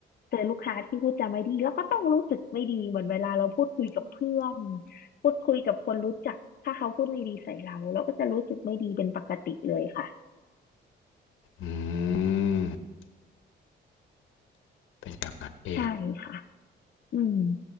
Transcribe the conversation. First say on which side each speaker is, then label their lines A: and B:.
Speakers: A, on the left; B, on the left.
A: เจอลูกค้าที่พูดจาไม่ดีแล้วก็ต้องรู้สึกไม่ดีเหมือนเวลาเราพูดคุยกับเพื่อนพูดคุยกับคนรู้จักถ้าเขาพูดไม่ดีใส่เราเราก็จะรู้สึกไม่ดีเป็นปกติเลยค่ะ
B: อืมเป็นอย่างนั้นเอง
A: ใช่ค่ะอืม